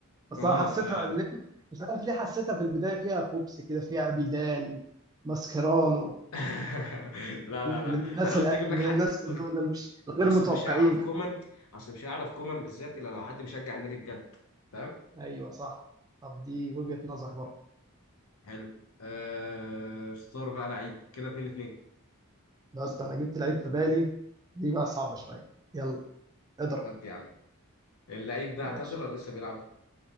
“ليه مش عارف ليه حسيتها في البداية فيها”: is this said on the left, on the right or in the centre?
Right